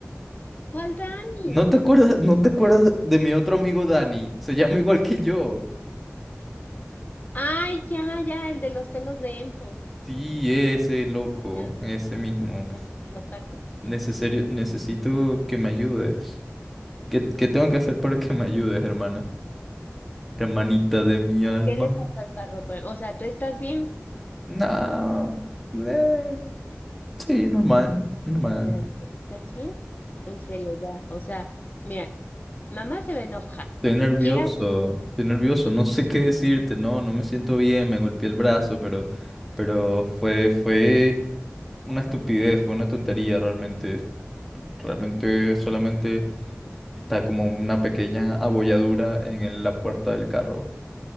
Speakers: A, on the left; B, in the centre.
A: ¿Cuál Dani?
B: ¿No te acuerdas, no te acuerdas de mi otro amigo Dani? Se llama igual que yo.
A: Ay, ya, ya, el de los pelos de emo.
B: Sí, ese loco,
A: Ya,
B: ese
A: ya,
B: mismo.
A: ya, ya, el opaco.
B: Necesario,
A: Ujú.
B: necesito que me ayudes. ¿Qué, qué tengo que hacer para que me ayudes, hermana? Hermanita de mi alma.
A: ¿Qué le pasó al carro? Pues, O sea, ¿tú estás bien?
B: Nah, eh, sí, normal, normal.
A: Daniel, ¿estás bien? En serio, ya. O sea, mira, mamá se va a enojar.
B: Estoy nervioso,
A: Quieras o no,
B: estoy nervioso, no sé qué decirte, no, no me siento bien, me golpeé el brazo, pero, pero fue, fue una estupidez, fue una tontería realmente. Realmente solamente está como una pequeña abolladura en el- la puerta del carro.